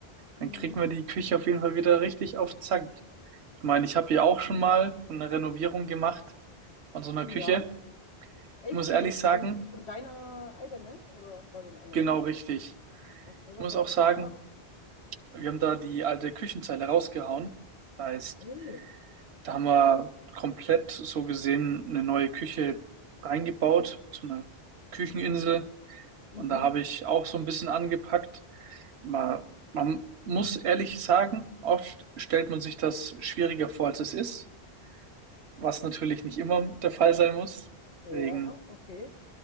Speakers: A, on the left; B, on the right.
A: mhm.
B: Dann kriegen wir die Küche auf jeden Fall wieder richtig auf Zack. Ich meine, ich habe hier auch schon mal eine Renovierung gemacht von so einer Küche.
A: Ja, echt?
B: Ich muss ehrlich
A: Von,
B: sagen,
A: von, von deiner eigenen oder bei dem anderen?
B: genau richtig.
A: Okay,
B: Ich
A: was
B: muss
A: hast
B: auch sagen,
A: du da gemacht?
B: wir haben da die alte Küchenzeile rausgehauen. Das heißt,
A: Mhm.
B: da haben wir komplett so gesehen eine neue Küche reingebaut, so eine Kücheninsel.
A: Mhm.
B: Und da habe ich auch so ein bisschen angepackt. Man, man muss ehrlich sagen, oft stellt man sich das schwieriger vor, als es ist, was natürlich nicht immer der Fall sein muss.
A: Ja,
B: Deswegen,
A: okay.